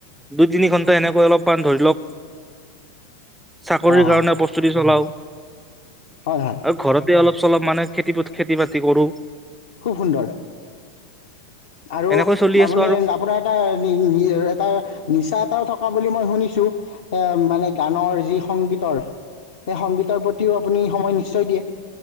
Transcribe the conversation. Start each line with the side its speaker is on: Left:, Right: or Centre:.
Centre: দুই তিনি ঘণ্টা এনেকৈ অলপমান ধৰি লওক চাকৰিৰ
Left: হা হা
Centre: কাৰণে প্ৰস্তুতি চলাও
Left: হয় হয়।
Centre: আৰু ঘৰতে অলপ চলপ মানে খেতি প খেতি- বাতি কৰো।
Left: খুব সুন্দৰ। আৰু
Centre: এনেকৈ চলি
Left: আপুনি
Centre: আছো আৰু
Left: আপোনাৰ এটা নিনি এটা নিচা এটাও থকা বুলি মই শুনিছো এ মানে গানৰ যি সংগীতৰ সেই সংগীতৰ প্ৰতিও আপুনি সময় নিশ্চয় দিয়ে,